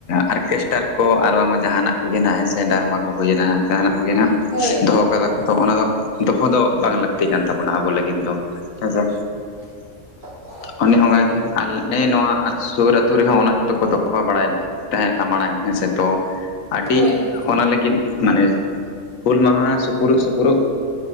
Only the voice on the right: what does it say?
ᱦᱳᱭ
<inaudible>
ᱦᱳᱭ